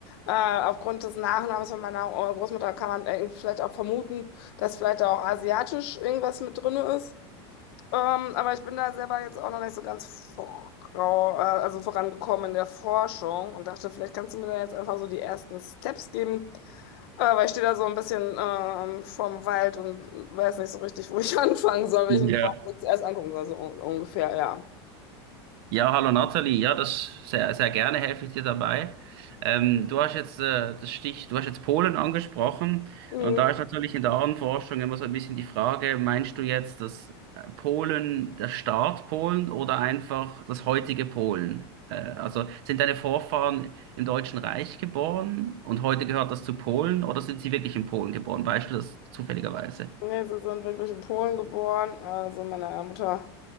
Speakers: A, on the left; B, on the right.
A: Äh, aufgrund des Nachnamens von meiner äh, Großmutter kann man äh, vielleicht auch vermuten, dass vielleicht da auch asiatisch irgendwas mit drin ist. Ähm, aber ich bin da selber jetzt auch noch nicht so ganz vorau- äh, also vorangekommen in der Forschung und dachte, vielleicht kannst du mir da jetzt einfach so die ersten Steps geben, äh, weil ich stehe da so ein bisschen ähm, vorm Wald und weiß nicht so richtig, wo ich <laughs> anfangen soll, welchen
B: Ja.
A: Baum ich zuerst angucken soll, so un ungefähr, ja.
B: Ja, hallo Nathalie. Ja, das sehr, sehr gerne helfe ich dir dabei. Ähm, du hast jetzt äh, das Stich, du hast jetzt Polen angesprochen
A: Mhm.
B: und da ist natürlich in der Ahnenforschung immer so ein bisschen die Frage, meinst du jetzt das Polen, der Staat Polen oder einfach das heutige Polen? Äh, also sind deine Vorfahren im Deutschen Reich geboren und heute gehört das zu Polen oder sind sie wirklich in Polen geboren? Weißt du das zufälligerweise?
A: Nee, sie sind wirklich in Polen geboren, also meine Mutter